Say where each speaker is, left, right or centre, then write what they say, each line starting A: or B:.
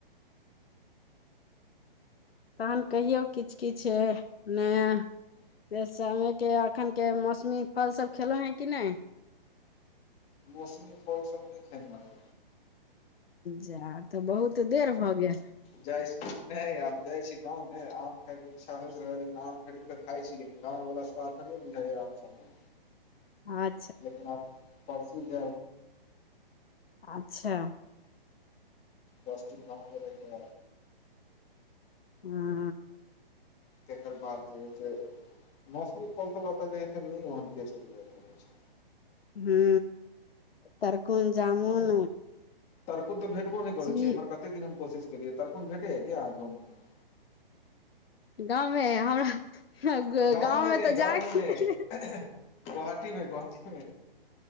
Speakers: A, on the left; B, on the left.
A: तखन कहियौ किछु किछु नहि। से समय के एखन के मौसमी फल सभ खेलहुँ ह कि नहि
B: मौसमी फल सभ नहि खाई
A: ज तऽ बहुत देर भऽ गेल
B: जा आब जाइ छी गाव आम खाय के इच्छा होइत रह लेकिन आम खरीद खाइ छी लेकिन गाम वाला स्वथ तऽ नहि बुझाया हम सभ मे
A: ह
B: लेकिन अब परसू जे
A: अच्छा।
B: दसटिन गाममे रैके
A: ह
B: तकर बाद जे है से मौसमी फलसभ एतऽ जे है से नहि ओहन टेस्ट भी रहइ छै
A: हू तकून जामुन
B: तरकु तऽ भेटबो
A: लीची
B: नहि करैत छै हमर कते दिन हम कोशिश केलियै तरकुल भेटैया कि अहाँकेँ मे
A: गामे हमरा
B: गाँव
A: गामे
B: मे नहि
A: तऽ
B: गाँव
A: जाय
B: मे
A: के
B: नहि गोहाटी मे गोाहाटी।